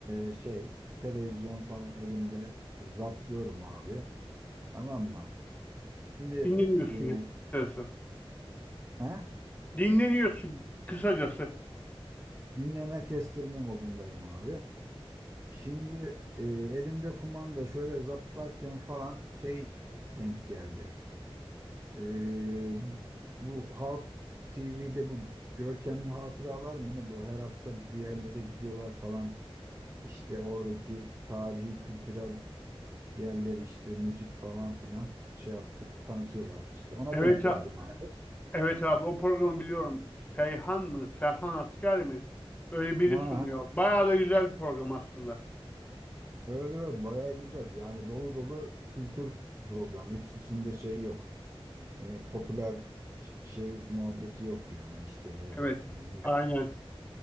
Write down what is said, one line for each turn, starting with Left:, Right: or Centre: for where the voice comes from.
Right: e, şey televizyon falan elimde zaplıyorum abi tamam
Left: Hı hı.
Right: mı? Şimdi
Left: Dinleniyorsun
Right: e,
Left: ya. Açıkçası.
Right: he?
Left: Dinleniyorsun kısacası.
Right: dinleme kestirme modundayım abi. Şimdi e, elimde kumanda şöyle zaplarken falan şey denk geldi. E, bu, bu Halk TV'de bu görkemli hatıralar mı ne bu her hafta bir yerlere gidiyorlar falan. İşte oradaki tarihi kültürel yerler işte müzik falan filan şey yapıyor, tanıtıyorlar. İşte ona
Left: Evet,
Right: denk geldim
Left: a-
Right: abi.
Left: evet abi o programı biliyorum. Seyhan mı? Serhan Asker mi? Öyle biri
Right: Ha,
Left: sunuyor.
Right: ha.
Left: Bayağı da güzel bir program aslında.
Right: evet evet bayağı güzel. Yani dolu dolu kültür programı hiç içinde şey yok. e, popüler ş- şey muhabbeti yok yani işte böyle
Left: Evet.
Right: e, ne-
Left: Aynen.